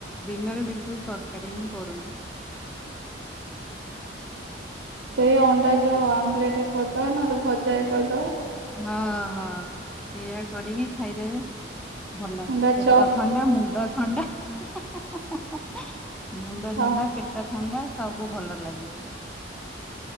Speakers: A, in the centre; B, on the right.
A: ଦିନରେ ବିଲକୁଲ ତରକାରୀ ହିଁ କରୁନି।
B: <inaudible> ସେଇ ଅଣ୍ଡା ଯୋଉ ଆମ୍ବଲେଟ କରିଦବ ନହେଲେ ଭଜା କରିଦବ।
A: ହଁ ହଁ ସେଇୟା କରିକି ଖାଇଦେବେ। ଭଲ
B: ଅଣ୍ଡା
A: ପେଟ
B: ଚପ୍
A: ଥଣ୍ଡା ମୁଣ୍ଡ ଥଣ୍ଡା ହାଁ ହାଁ ହାଁ ହାଁ ହାଁ ହାଁ ହେଁ। ମୁଣ୍ଡ
B: ହଁ
A: ଥଣ୍ଡା ପେଟ ଥଣ୍ଡା। ସବୁ ଭଲ ଲାଗେ